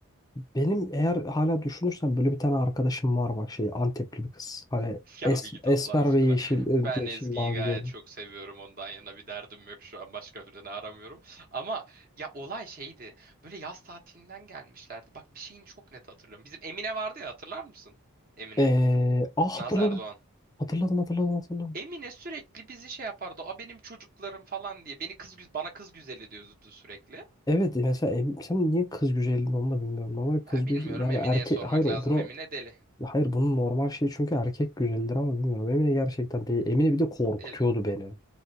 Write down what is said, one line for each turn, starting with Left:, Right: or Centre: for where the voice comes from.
Left: benim eğer hala düşünürsem böyle bir tane arkadaşım var bak şey Antepli bir kız. Hani
Right: <laughs> Ya
Left: es,
Right: bir git
Left: esmer
Right: Allah aşkına.
Left: ve yeşil, ö-
Right: Ben
Left: yeşil
Right: Ezgi'yi
Left: mavi
Right: gayet
Left: gözlü.
Right: çok seviyorum. Ondan yana bir derdim yok şu an. Başka birini aramıyorum. Ama ya olay şeydi. Böyle yaz tatilinden gelmişlerdi. Bak bir şeyini çok net hatırlıyorum. Bizim Emine vardı ya hatırlar mısın? Emine.
Left: Ee, ah hatırladım.
Right: Naz Erdoğan.
Left: Hatırladım hatırladım hatırladım.
Right: Emine sürekli bizi şey yapardı. A benim çocuklarım falan diye. Beni kız gü- bana kız güzeli diyordu sürekli.
Left: Evet mesela em- sen niye kız güzelliğini onu da bilmiyorum. Normal kız
Right: Ya bilmiyorum
Left: güzel yani
Right: Emine'ye
Left: erkek
Right: sormak
Left: hayır o-
Right: lazım.
Left: bunu
Right: Emine deli.
Left: hayır bunun normal şey çünkü erkek güzeldir ama bilmiyorum. Emine gerçekten değil. Emine bir de korkutuyordu
Right: Deli.
Left: beni.